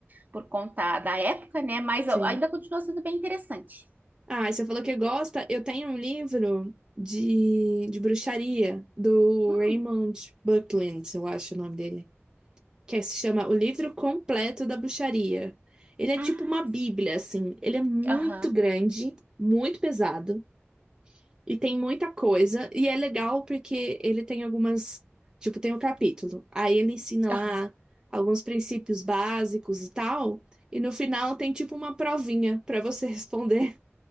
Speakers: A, on the right; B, on the right.
A: por conta da época, né? Mas
B: sim.
A: ainda continua sendo bem interessante.
B: Ah, você falou que gosta. Eu tenho um livro de, de bruxaria do
A: Hum.
B: Raymond Buckland, eu acho o nome dele, que se chama O Livro Completo da Bruxaria. Ele é
A: Ah,
B: tipo uma bíblia,
A: sim.
B: assim. Ele é muito
A: Aham.
B: grande, muito pesado e tem muita coisa. E é legal porque ele tem algumas, tipo, tem um capítulo. Aí ele ensina lá
A: Aham.
B: alguns princípios básicos e tal. E no final tem tipo uma provinha para você <laughs> responder